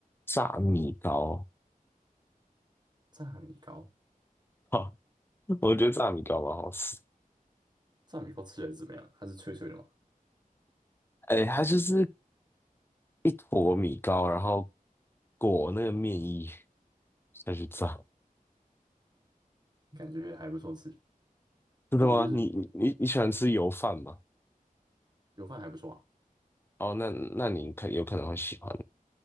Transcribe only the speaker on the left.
炸米糕，
哈、我觉得炸米糕蛮好吃，
哎，它就是一坨米糕，然后裹那个面衣再去炸，
真的吗？
你你你你喜欢吃油饭吗？
哦，那那你可有可能会喜欢，